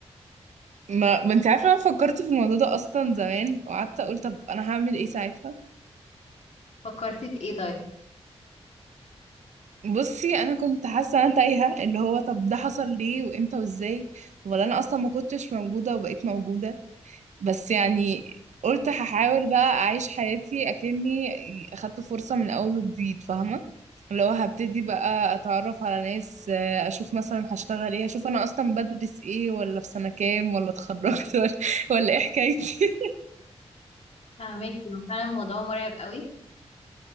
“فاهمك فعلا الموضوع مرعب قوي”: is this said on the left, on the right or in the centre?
Left